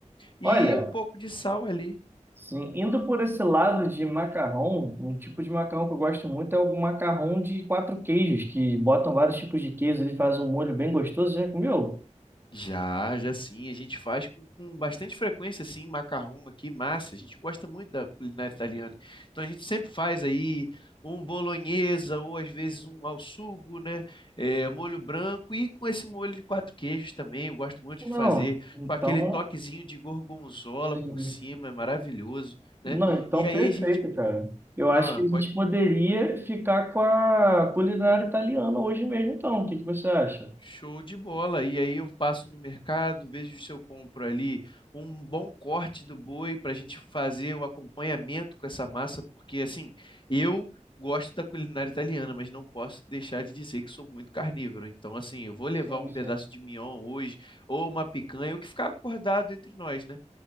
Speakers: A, on the left; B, on the right.
A: e
B: Olha.
A: um pouco de sal ali.
B: Sim, indo por esse lado de macarrão, um tipo de macarrão que eu gosto muito é o macarrão de quatro queijos, que botam vários tipos de queijo, ele faz um molho bem gostoso. Já comeu?
A: Já, já sim, a gente faz com, com bastante frequência, assim, macarrão aqui, massa. A gente gosta muito da culinária italiana. Então a gente sempre faz aí um bolonhesa ou às vezes um ao sugo, né? É, molho branco e com esse molho de quatro queijos também. Eu gosto muito
B: Não.
A: de fazer
B: Então,
A: com aquele toquezinho de gorgonzola
B: sim.
A: por cima, é maravilhoso, né?
B: Não, então
A: E aí
B: perfeito,
A: a gente
B: cara. Eu acho
A: Ah,
B: que a gente
A: pode.
B: poderia ficar com a culinária italiana hoje mesmo, então. O que que você acha?
A: Show de bola. E aí eu passo no mercado, vejo se eu compro ali um bom corte do boi para a gente fazer o acompanhamento com essa massa, porque assim, eu gosto da culinária italiana, mas não posso deixar de dizer que sou muito carnívoro. Então, assim, eu vou levar
B: Sim,
A: um pedaço
B: sim.
A: de mignon hoje, ou uma picanha, o que ficar acordado entre nós, né?